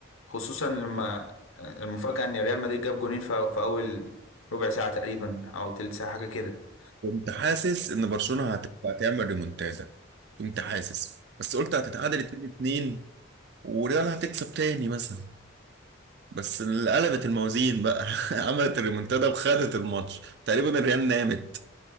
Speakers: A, on the left; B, on the right.
A: خصوصا لما المفاجأة ان ريال مدريد جاب جونين في في اول ربع ساعة تقريبا او تلت ساعة حاجة كده
B: كنت حاسس إن برشلونة هتبقى تعمل ريمونتادا كنت حاسس بس قلت هتتعادل 2-2 وريال هتكسب تاني مثلا بس اللي قلبت الموازين بقى <laughs> عملت الريمونتادا وخدت الماتش تقريبا الريال نامت